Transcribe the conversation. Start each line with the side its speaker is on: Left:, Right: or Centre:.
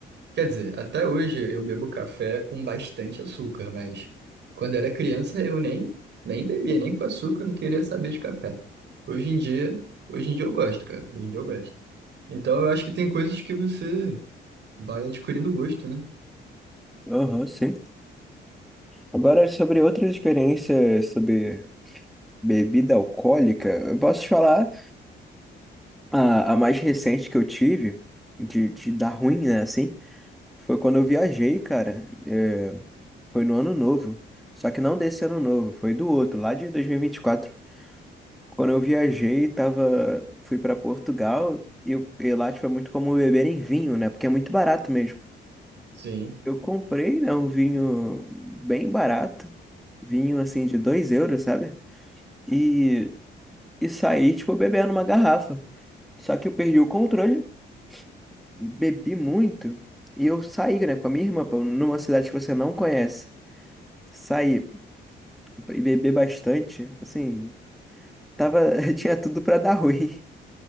Right: Quer dizer, até hoje eu bebo café com bastante açúcar, mas quando era criança eu nem, nem bebia, nem com açúcar, eu não queria saber de café. Hoje em dia, hoje em dia eu gosto, cara. Hoje em dia eu gosto. Então eu acho que tem coisas que você vai adquirindo gosto, né?
Centre: Aham, sim. Agora, sobre outras experiências sobre bebida alcoólica, eu posso te falar. A, a mais recente que eu tive, de, de dar ruim, né, assim, foi quando eu viajei, cara. É, foi no ano novo. Só que não desse ano novo, foi do outro, lá de dois mil e e vinte e quatro Quando eu viajei, tava, fui pra Portugal e, eu- e lá, tipo, é muito comum beberem vinho, né? Porque é muito barato mesmo.
Right: Sim.
Centre: Eu comprei, né, um vinho bem barato, vinho, assim, de 2 euros, sabe? E, e saí, tipo, bebendo uma garrafa. Só que eu perdi o controle bebi muito e eu saí, né, com a minha irmã, pô, numa cidade que você não conhece. Saí e bebi bastante, assim, tava, <laughs> tinha tudo pra dar ruim.